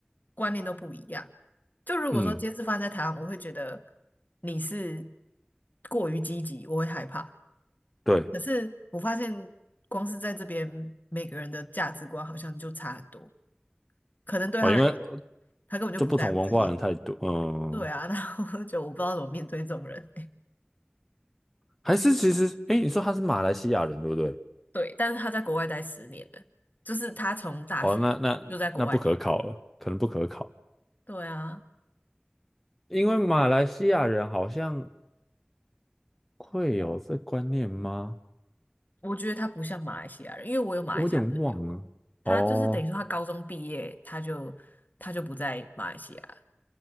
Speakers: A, on the left; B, in the centre.
A: 观念都不一样。就如果说今天是发生在台湾，
B: 嗯，
A: 我会觉得你是过于积极，我会害怕。
B: 对。
A: 可是我发现光是在这边，每个人的价值观好像就差很多。可能对他来讲，
B: 哦，因为
A: 他根本就不在乎这些。
B: 就不同文化人太多，嗯，
A: 对啊，<laughs> 然后我就觉得我不知道怎么面对这种人欸。
B: 还是其实，哎，你说他是马来西亚人对不对？
A: 对，但是他在国外待十年了，就是他从大学就在国外念了。
B: 哦，那那那不可考了，可能不可考，
A: 对啊。
B: 因为马来西亚人好像会有这观念吗？
A: 我觉得他不像马来西亚人，因为我有马来西亚朋友，
B: 我有点忘了。
A: 他就是等于说他高中毕业，
B: 哦，
A: 他就他就不在马来西亚了。